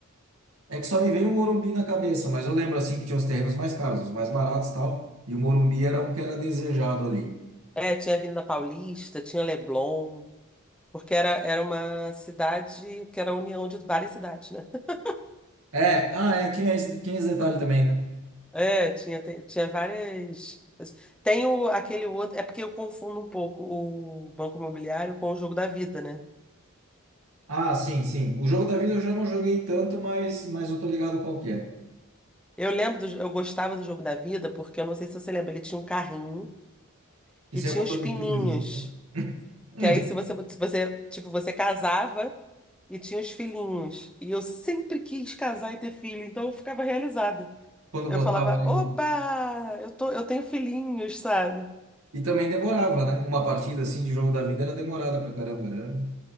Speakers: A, on the right (about 80°); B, in the centre.
A: É que só me veio o Morumbi na cabeça, mas eu lembro, assim, que tinha os terrenos mais caros, os mais baratos e tal. E o Morumbi era um que era desejado ali.
B: É, tinha Avenida Paulista, tinha Leblon, porque era, era uma cidade que era a união de várias cidades, né? <laughs>
A: É, ah, é, tinha esse, tinha esse detalhe também, né?
B: É, tinha, te- tinha várias. Tem o, aquele outro. É porque eu confundo um pouco o Banco Imobiliário com o Jogo da Vida, né?
A: Ah, sim, sim. O jogo da vida eu já não joguei tanto, mas, mas eu tô ligado qual que é.
B: Eu lembro, do, eu gostava do Jogo da Vida porque eu não sei se você lembra, ele tinha um carrinho
A: Isso
B: e tinha
A: é botando
B: os pininhos.
A: os filhos em cima. <laughs> Uhum.
B: Que aí se você, se você, tipo, você casava e tinha os filhinhos. E eu sempre quis casar e ter filho, então eu ficava realizada.
A: Quando
B: Eu
A: botava
B: falava,
A: ali
B: oba,
A: o...
B: eu tô, eu tenho filhinhos, sabe?
A: E também demorava, né? Uma partida assim de jogo da vida era demorada pra caramba. Era,